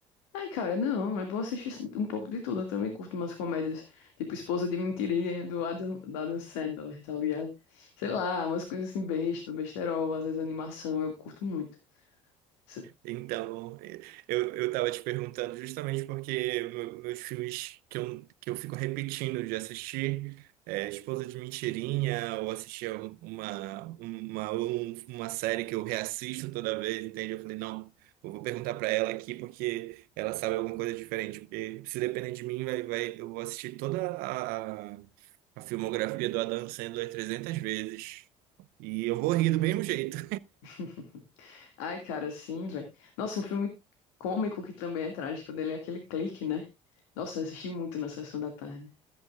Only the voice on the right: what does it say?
Então, eu, eu tava te perguntando justamente porque meu- meus filmes que eu, que eu fico repetindo de assistir é Esposa de Mentirinha, ou assistir uma, uma, um- uma série que eu reassisto toda vez, entende? Eu falei, não, eu vou perguntar pra ela aqui porque ela sabe alguma coisa diferente. Porque se depender de mim, vai, vai, eu vou assistir toda a, a, a filmografia do Adam Sandler 300 vezes. E eu vou rir do mesmo jeito.